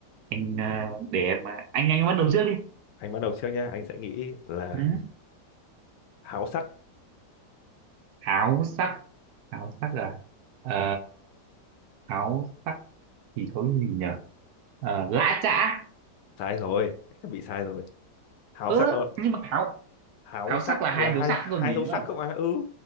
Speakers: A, on the right (about 70°); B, on the left (about 80°).
A: anh ờ, để em ờ, anh anh bắt đầu trước
B: Anh bắt đầu trước nhá. Anh sẽ nghĩ là
A: đi
B: háo sắc.
A: áo sắc áo sắc à ờ, áo sắc thì có cái gì nhỉ ờ, lã chã
B: Sai rồi. Bị sai rồi. Háo
A: ớ
B: sắc nó
A: nhưng mà áo
B: háo
A: áo
B: sắc
A: sắc là hai
B: là hai
A: dấu sắc
B: hai
A: còn gì
B: dấu
A: nữa
B: sắc cơ mà. Ừ.